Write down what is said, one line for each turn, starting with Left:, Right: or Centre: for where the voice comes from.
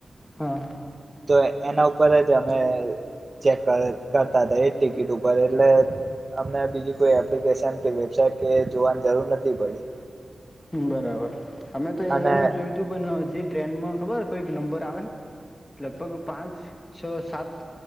Left: હા,
Right: તો એના ઉપર જ અમે ચેક કરી કરતા જ ટિકિટ ઉપર એટલે અમને બીજી કોઈ એપ્લિકેશન કે વેબસાાઈટ કે જોવાની જરૂર નથી પડી.
Left: બરાબર અમે તો
Right: અને
Left: એમાં જ જોયું તું પણ જે ટ્રેનમાં ખબર કોઈક નંબર આવે લગભગ પાંચ, છ, સાત,